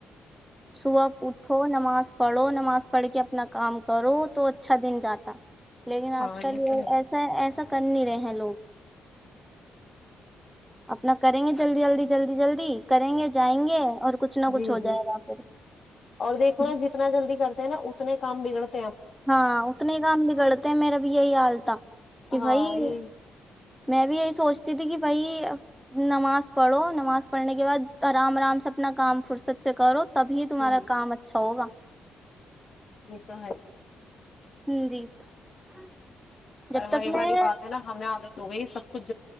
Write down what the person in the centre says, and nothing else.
صبح اٹھو نماز پڑھو نماز پڑھ کے اپنا کام کرو تو اچھا دن جاتا ہے <unintelligible> لیکن
آج کل
یہ
ایسا ایسا کر نہیں رہے ہیں لوگ <unintelligible> اپنا کریں گے جلدی جلدی جلدی جلدی <unintelligible> کریں گے جائیں گے اور کچھ نہ کچھ
ہو جائے
گا پھر
<unintelligible>
ہاں اتنے کام بگڑتے میرا بھی یہی حال تھا کہ
بھائی <unintelligible>
میں بھی یہی سوچتی تھی کہ بھائی نماز پڑھو نماز پڑھنے کے بعد آرام آرام سے اپنا کام فرصت سے کرو <unintelligible> تبھی تمہارا
کام اچھا ہوگا <unintelligible>
ہ جی <unintelligible>
تک
میں